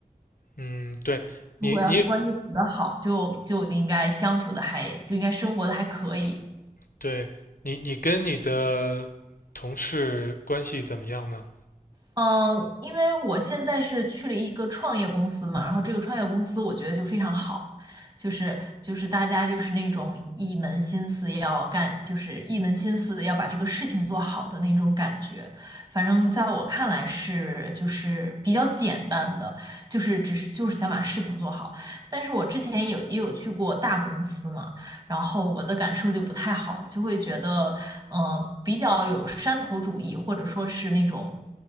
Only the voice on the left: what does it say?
嗯，对你你
对，你你跟你的同事关系怎么样呢？